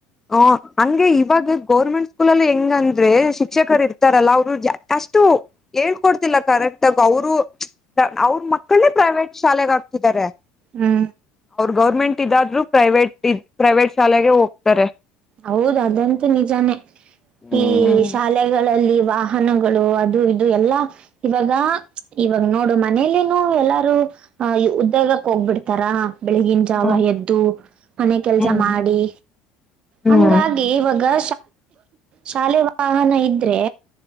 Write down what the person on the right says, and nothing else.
ಹ್ಮ
ಹೌದ ಅದಂತೂ ನಿಜಾನೇ
ಈ ಶಾಲೆಗಳಲ್ಲಿ ವಾಹನಗಳು ಅದು ಇದು ಎಲ್ಲಾ ಇವಾಗ ಇವಾಗ ನೋಡು ಮನೇಲನು ಎಲ್ಲಾರು ಆ ಉದ್ಯೋಗಕ್ಕೆ ಹೋಗ್ಬಿಡ್ತಾರ ಬೆಳಗಿನ ಜಾವ
ಎದ್ದು ಮನೆ ಕೆಲ್ಸ
ಮಾಡಿ
ಹಂಗಾಗಿ ಇವ ಗಾ ಶಾಲೆ ವಾಹನ ಇದ್ರೆ